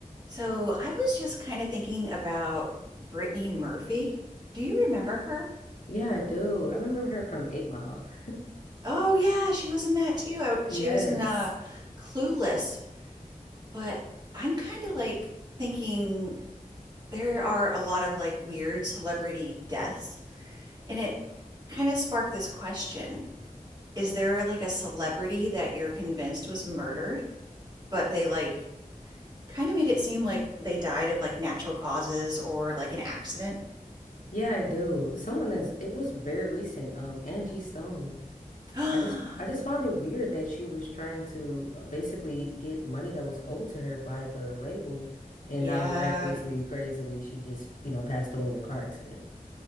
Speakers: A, on the right (about 30°); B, on the left (about 70°).
A: So I was just kind of thinking about Brittany Murphy. Do you remember her?
B: Yeah, I do. I remember her from Eight Mile. <laughs>
A: Oh yeah, she was in that too. I, she
B: Yes.
A: was in uh, Clueless. But I'm kind of like thinking there are a lot of like weird celebrity deaths, and it kind of sparked this question. Is there like a celebrity that you're convinced was murdered, but they like kind of made it seem like they died of like natural causes or like an accident?
B: Yeah, I do. Someone that's it was very recent, um, Angie Stone.
A: <gasps>
B: I just I just found it weird that she was trying to uh, basically get money that was owed to her by the label, and
A: Yeah,
B: now miraculously, crazily, she just, you know, passed away in a car accident.